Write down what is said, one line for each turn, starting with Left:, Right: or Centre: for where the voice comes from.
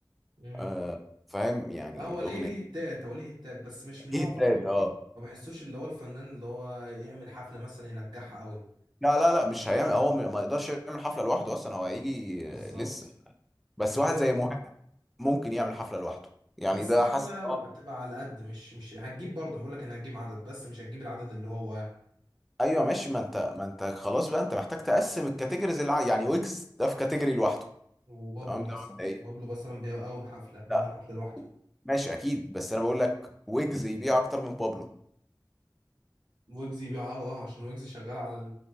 Right: امم
Centre: آه، فاهم يعني
Right: لا هو
Centre: الاغنيتين
Right: ليه ليه هتات هو ليه هتات بس مش من
Centre: التالت
Right: نوع برضو
Centre: اه
Right: ما بحسوش اللي هو الفنان اللي هو يعمل حفلة مثلا ينجحها قوي
Centre: لا لا لا مش هيعمل هو ما ما يقدرش يعمل حفله لوحده اصلا هو هيجي
Right: بالظبط
Centre: آه، لسه بس
Right: ايوه
Centre: واحد زي مهاب ممكن يعمل حفله لوحده يعني
Right: بس
Centre: ده
Right: حفلة
Centre: حاسس
Right: هتبقى على قد مش مش هتجيب برضه أنا بقول لك انا هتجيب عدد بس مش هتجيب العدد اللي هو
Centre: ايوه ماشي ما انت ما انت خلاص بقى انت محتاج تقسم الكاتيجوريز اللي ع- يعني ويجز ده في كاتيجوري لوحده
Right: وبابلو
Centre: تمام ده
Right: مثلا
Centre: مبدئيا
Right: بابلو مثلا بيقوم حفله بيقوم
Centre: لا
Right: حفله لوحده
Centre: ماشي اكيد بس انا بقول لك ويجز يبيع اكتر من بابلو
Right: ويجز بيقع اه آه، عشان ويجز شغال على